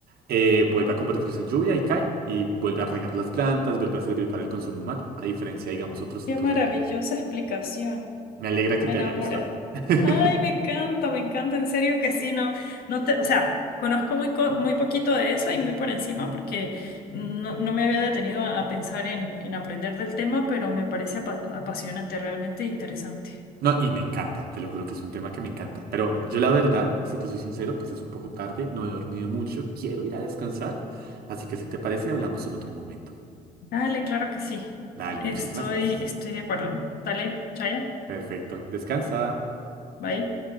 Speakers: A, on the right; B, on the left.
A: eh, vuelve a convertirse en lluvia y cae, y vuelve a regar las plantas, vuelve a servir para el consumo humano, a diferencia, digamos, otros tipos
B: Qué maravillosa
A: de energía.
B: explicación.
A: Me alegra que
B: Me
A: te
B: enamora.
A: haya gustado. <laughs>
B: Ay, me encanta, me encanta. En serio que sí, no, no te, o sea, conozco muy, co- muy poquito de eso y muy por encima porque no, no me había detenido a, a pensar en, en aprender del tema, pero me parece apa- apasionante, realmente interesante.
A: No, y me encanta, te lo juro que es un tema que me encanta. Pero bueno, yo la verdad, si te soy sincero, pues es un poco tarde, no he dormido mucho, quiero ir a descansar. Así que si te parece, hablamos en otro momento.
B: Dale, claro que sí.
A: Dale,
B: Estoy,
A: muchísimas gracias.
B: estoy de acuerdo. Dale, Chaya,
A: Perfecto, descansa.
B: bye.